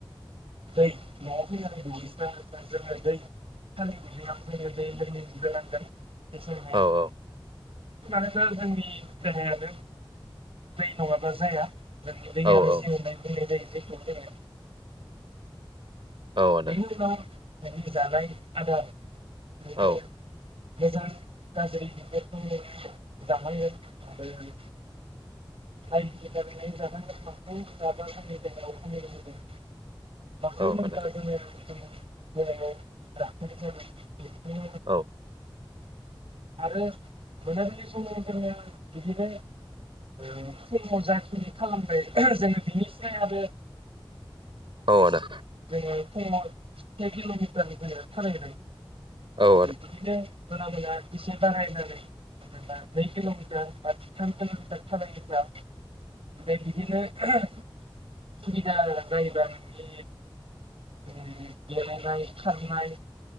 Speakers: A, on the right; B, on the right.
A: दै नआव फैनानै दुगैस्रां लोबस्रां जोङो दै हानि दैहुआव दै लोंग्रोनांगोन <unintelligible> जेसां हायो
B: औ औ
A: मानोना जोंनि देहायानो दै नङाबा जाया जोंनि
B: औ औ
A: <unintelligible> दै <unintelligible> <unintelligible>
B: औ आदा
A: जोङो जानाय आदार <unintelligible>
B: औ
A: मोजां गाज्रि <unintelligible> नोङो जानांगोन आरो नाय बिजिरनो रोंनाय जानांगोन मा पुद जाब्ला जोंनि देहायाव खामानि होगोन माखौ
B: औ
A: नों
B: आदा
A: <unintelligible> <unintelligible>
B: औ
A: आरो मोनाबिलि समाव जोङो बिदिनो ओं फुङो जाखिनि खालामनाय जोङो बिनि सायादो
B: औ आदा
A: जोङो फुङो से किलमिटारनिफ्राय थाबायबोदों
B: औ आदा औ
A: आरो बिदिनो मोना मोना एसे बारायनानै जेनबा नै किलमिटार बा थाम किल मिटार थाबायोब्ला ओमफ्राय बिदिनो सुबिदा जायोबा माने ओम गेलेनाय खारनाय